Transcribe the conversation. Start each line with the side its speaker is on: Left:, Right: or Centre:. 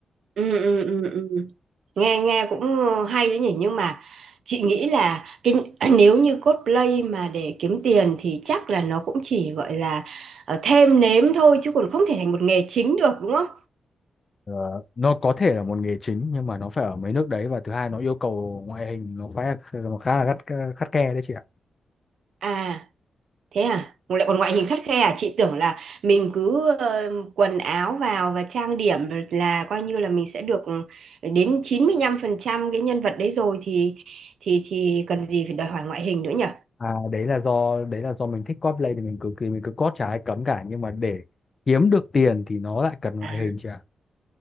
Right: ừ ừ ừ ừ. nghe nghe cũng ờ, hay đấy nhỉ nhưng mà chị nghĩ là cái <clears throat> nếu như cosplay mà để kiếm tiền thì chắc là nó cũng chỉ gọi là ờ, thêm nếm thôi chứ còn không thể thành một nghề chính được đúng không
Left: Ờ, nó có thể là một nghề chính nhưng mà nó phải ở mấy nước đấy và thứ hai nó yêu cầu ngoại hình nó phải nó khá là gắt khắt khe đấy chị ạ
Right: à thế à lại còn ngoại hình khắt khe à chị tưởng là mình cứ ờ, quần áo vào và trang điểm là coi như là mình sẽ được ừ, đến 95% cái nhân vật đấy rồi thì thì thì cần gì phải đòi hỏi ngoại hình nữa nhỉ
Left: à đấy là do đấy là do mình thích cosplay thì mình cực kỳ mình cứ cos chả ai cấm cả nhưng mà để kiếm được tiền thì nó lại cần ngoại
Right: À.
Left: hình chị ạ